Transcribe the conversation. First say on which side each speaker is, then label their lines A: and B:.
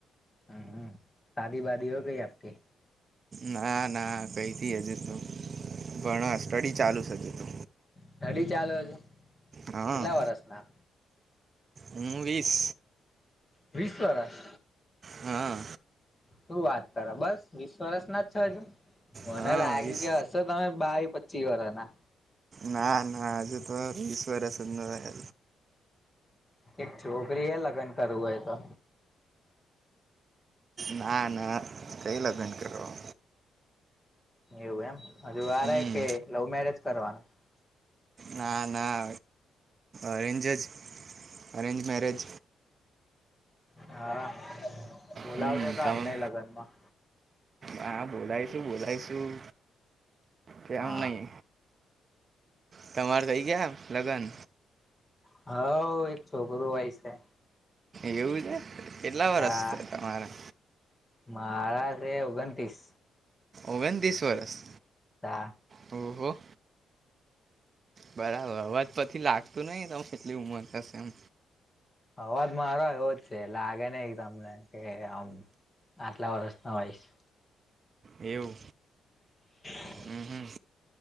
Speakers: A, on the left; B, on the right.
A: હમ હમ શાદી વાદી હો ગઈ આપકી
B: ના ના કઈ હજુ તો ભણ સ્ટડી ચાલુ હજુ તો.
A: સ્ટડી ચાલે છે.
B: હા
A: કેટલા વર્ષના?
B: હું વીસ.
A: વિશ વરસ?
B: હા
A: શું વાત કરા બસ વીસ વર્ષ ના જ છો હજુ? મને
B: હા
A: લાગ્યું
B: વીસ
A: કે હશે તમે બાવી પચ્ચી વરના.
B: ના ના હજુ તો વીસ વર્ષ અશ નો હોય.
A: એક છોકરી હૈ લગન કરું હોય તો.
B: નાના કઈ લગન કરવા.
A: એવું એમ હજુ વારે
B: હમ
A: કે લવ મેરેજ કરવાના?
B: ના ના અરેન્જેજ અરેન્જ મેરેજ
A: હા. બોલાવજો
B: હમ્મ,
A: તો
B: તમમ
A: અમને લગ્નમાં
B: હા, બોલાયશું બોલાયશું કેમ
A: હા
B: નહી. તમારે થઇ ગયા લગ્ન?
A: હઉ એક છોકરું હોય છે.
B: એવું છે કેટલા વર્ષ
A: તા
B: છે તમારા?
A: મારા છે ઓગણતીસ.
B: ઓવેન તીસ વરસ?
A: દા.
B: ઓહો. બરાબર અવાજ પછી લાગતું નઈ તમે એટલી ઉંમર થશે એમ.
A: અવાજ મારો એવો જ છે લાગે નહીં તમને કે આમ આટલા વર્ષનો હોયસ.
B: એવું.
A: <inaudible>
B: હમ હમ